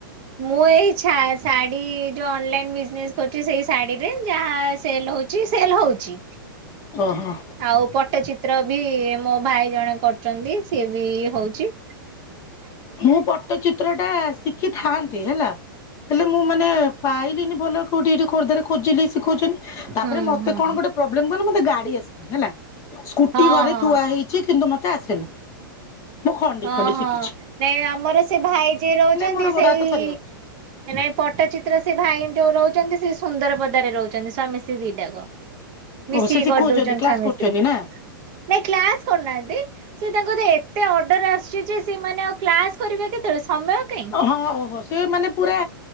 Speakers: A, on the right; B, on the left.
A: ମୁଁ ଏଇଛା ଶାଢ଼ୀ ଯୋଉ ଅନଲାଇନ ବିଜନେସ କରୁଚି ସେଇ ଶାଢ଼ୀରେ ଯାହା ସେଲ୍ ହଉଛି। କି ସେଲ୍ ହଉଚି।
B: ଓହୋ।
A: ଆଉ ପଟ୍ଟଚିତ୍ର ବି ମୋ ଭାଇ ଜଣେ କରୁଚନ୍ତି। ସିଏ ବି ହଉଚି।
B: ହେ ପଟ୍ଟଚିତ୍ର ଟା ଶିଖିଥାନ୍ତି ହେଲା ହେଲେ ମୁଁ ମାନେ ପାଇଲିନି ଭଲ କୋଉଠି ଏଠି ଖୋଦ୍ଧାରେ ଖୋଜିଲି ଶିଖଉଚନ୍ତି ତାପରେ
A: ହଁ
B: ମତେ
A: ହୁଁ
B: କଣ
A: ହୁଁ
B: ଗୋଟେ ପ୍ରୋବ୍ଲେମ ହୁଏ ମତେ ଗାଡ଼ି ଆସିନି ହେଲା। ସ୍କୁଟି
A: ହଁ
B: ଘରେ
A: ହଁ
B: ଥୁଆ ହେଇଚି କିନ୍ତୁ ମତେ ଆସେନି ମୁଁ ଖଣ୍ଡି
A: ହଁ
B: ଖଣ୍ଡି
A: ହଁ
B: ଶିଖିଚି।
A: ନାଇଁ ଆମର ସେ ଭାଇ ଯିଏ ରହୁଚନ୍ତି
B: ମୋର ଗୋଡ
A: ସେଇ
B: ହାତ ଥରିବ।
A: ନାଇ ପଟ୍ଟଚିତ୍ର ସେ ଭାଇ ଯୋଉ ରହୁଚନ୍ତି ସେ ସୁନ୍ଦର ପଦାରେ ରହୁଚନ୍ତି ସ୍ୱାମୀ ସ୍ତ୍ରୀ ଦିଟାକ। ମିଶି
B: ଓ ସେ
A: କି
B: ଶିଖଉଛନ୍ତି
A: କରଦେଉଚନ୍ତି
B: କ୍ଲାସ
A: ସ୍ଵାମୀ
B: କରୁଛନ୍ତି
A: ସ୍ତ୍ରୀ।
B: ନା
A: ନାଇଁ କ୍ଲାସ୍ କରୁନାହାନ୍ତି ସେ ତାଙ୍କର ଏତେ ଅ ଆସୁ ଯେ ସେମାନେ ଆଉ କ୍ଲାସ କରିବେ କେତେଳେ ସମୟ କାଇଁ‌।
B: ହଁ ଓହୋ ସେ ମାନେ ପୁରା